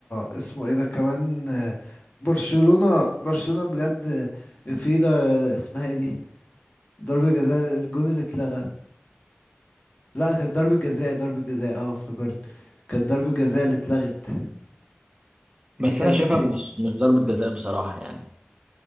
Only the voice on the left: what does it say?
اسمه ايه ده كمان آه، برشلونة برشلونة بجد آه، في ده آه، اسمها ايه دي ضربة جزاء الجون اللي اتلغى لا كانت ضربة جزاء ضربة جزاء اه افتكرت كانت ضربة جزاء اللي اتلغت دي
كانت